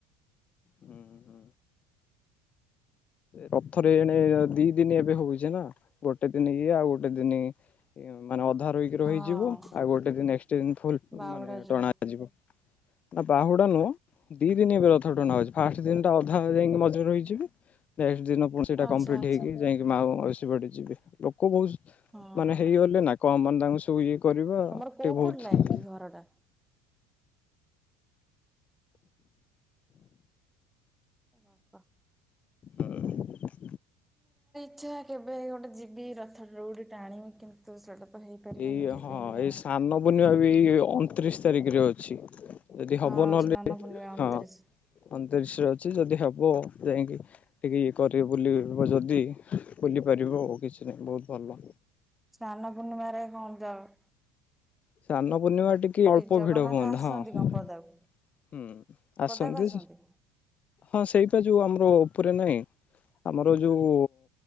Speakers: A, on the left (about 35°); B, in the centre.
A: ହୁଁ ହୁଁ। ରଥରେ ଏଣେ ଦିଇ ଦିନ ଏବେ ହଉଛି ନା ଗୋଟେ ଦିନି ଇଏ ଆଉ ଗୋଟେ ଦିନି ମାନେ ଅଧା ରହିକି ରହିଯିବ
B: ହଁ
A: ଆଉ ଗୋଟେ ଦିନ ଏକ୍ସଟେଣ୍ଡ ଫୁଲ୍
B: ବାହୁଡା
A: ମାନେ
B: ଯୋଉ
A: ଟଣାଯିବ। ବାହୁଡା ନୁହଁ ଦିଇ ଦିନ ଏବେ ରଥ ଟଣା ହଉଛି ଫାଷ୍ଟ ଦିନଟା ଅଧା ଯାଇକି ମଝିରେ ରହିଯିବେ ନେଷ୍ଟ ଦିନ ପୁଣି ସେଇଟା
B: ଆଚ୍ଛା
A: କମ୍ପଲିଟି
B: ଆଚ୍ଛା
A: ହେଇକି ଯାଇକି ମାଉସୀ ମା ସେଇ ବାଟେ ଯିବେ ଲୋକ କହୁଛନ୍ତି
B: ହଁ।
A: ମାନେ ହେଇଗଲେ ନା କମ ମାନେ ତାଙ୍କୁ ସବୁ ଇଏ କରିବା
B: ତମର
A: ଟିକେ
B: କୋଉ
A: ବହୁତ୍
B: ପଟ ଲାଇନ କି ଘରଟା? ଏ ଗଧ।
A: ହୁଁ।
B: ଇଛା କେବେ ଗୋଟେ ଯିବି ରଥ ଦଅଉଡ ଟାଣିବି କିନ୍ତୁ ସେଇଟା ତ ହେଇପାରିବନି
A: ଏଇ
B: କେବେ
A: ହଁ
B: ବି
A: ଏଇ
B: ଆଉ।
A: ସ୍ନାନ ପୂର୍ଣ୍ଣିମା ବି ଅଣତିରିଶି ତାରିଖରେ ଅଛି। ଯଦି ହବ
B: ହଁ
A: ନହେଲେ
B: ସ୍ନାନ ପୂର୍ଣ୍ଣିମା ଅଣତିରିଶ।
A: ହଁ ଅଣତିରିଶରେ ଅଛି ଯଦି ହବ ବୋ ଯାଇକି ଟିକେ ଇଏ କରିବୁ ବୋଲି ଯଦି ବୁଲିପାରିବ କିଛି ନାହିଁ ବହୁତ ଭଲ।
B: ସ୍ନାନ ପୂର୍ଣ୍ଣିମାରେ କଣ ଯାଅ?
A: ସ୍ନାନ ପୂର୍ଣ୍ଣିମା ଟିକେ ଅଳ୍ପ
B: ଜଗନ୍ନାଥ
A: ଭିଡ ହୁଅନ୍ତା
B: ଆସନ୍ତି
A: ହଁ।
B: କଣ ପଦାକୁ
A: ହୁଁ ଆସନ୍ତୁ
B: ପଦାକୁ ଆସନ୍ତି
A: ହଁ ସେଇଟା ଯୋଉ ଆମର ଉପରେ ନାହିଁ। ଆମର ଯୋଉ